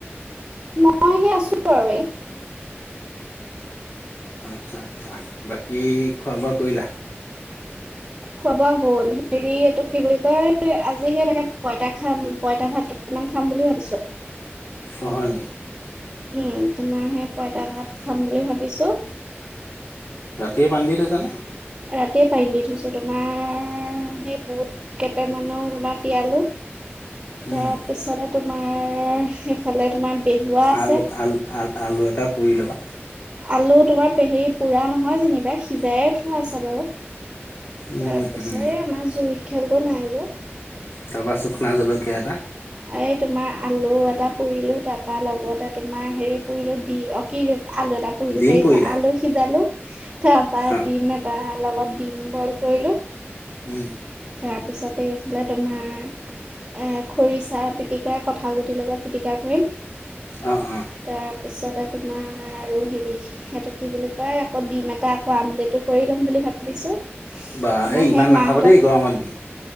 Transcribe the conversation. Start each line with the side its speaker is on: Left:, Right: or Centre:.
Right: মইহে আছোঁ আৰু এই
Left: আচ্ছা, আচ্ছা। বাকী খোৱা-বোৱা কৰিলা?
Right: খোৱা-বোৱা হ'ল। হেৰি এইটোক কি বুলি কয়? আজি হে তাকে পইতা খা পইতা ভাত কেইটামান খাম বুলি ভাবিছোঁ।
Left: অঁ, হয় নেকি?
Right: উম' তোমাৰ হে পইতা ভাত খাম বুলি ভাবিছো।
Left: ৰাতিয়ে পানী দি থৈছানে?
Right: ৰাতিয়ে পানী দি থৈছো তোমাৰ সেই বহুত- কেইটামানৰ বা তিয়ালো।
Left: উম
Right: তাৰপিছতে তোমাৰ সেইফালে তোমাৰ- বেহুৱা আছে।
Left: আলু আল আল আলু এটা পুৰি ল'বা।
Right: আলু তোমাৰ পেহি পোৰা নহয় যেনিবা সিজায়ে থোৱা আছে বাৰু।
Left: উম
Right: তাৰ পিছত
Left: উম
Right: এই আমাৰ জুই খেলতো নাই যে।
Left: তাপা চুকনা জলকীয়া এটা।
Right: এই তোমাৰ আলু এটা পুৰিলো, তাপা লগতে তোমাৰ হেৰি পুৰিলো, দি অ'- কি আলু এটা পুৰিলো
Left: ডিম
Right: ভাবিছা,
Left: পুৰিলা
Right: আলু সিজালো তাপা
Left: অ
Right: দিম এট- তাৰ লগত ডিম বইল কৰিলোঁ।
Left: উম'
Right: তাৰপিছতে এইফালে তোমাৰ- এঁ খৰিচা, পিটিকা, কঁঠাল গুটিৰ লগত পিটিকা কৰিম।
Left: অ অ
Right: তাৰপিছতে তোমাৰ আৰু হেৰি- সেটো কি বুলি কয় আকৌ ডিম এটা আকৌ আমলেটো কৰি ল'ম বুলি ভাবি- ভাবিছো,
Left: বা
Right: মানে
Left: এই
Right: সেই
Left: ইমান নাখাবা
Right: মাহঁত-
Left: দেই গৰমত দিম